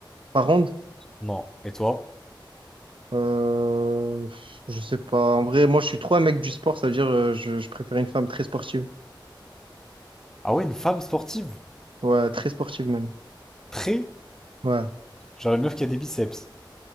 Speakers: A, on the right (about 80°); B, in the centre.
A: pas ronde?
B: Non. Et toi?
A: Euh, je sais pas. En vrai, moi, je suis trop un mec du sport, ça veut dire euh, je, je préfère une femme très sportive.
B: Ah ouais, une femme sportive?
A: Ouais, très sportive même.
B: Très?
A: Ouais.
B: Genre une meuf qui a des biceps.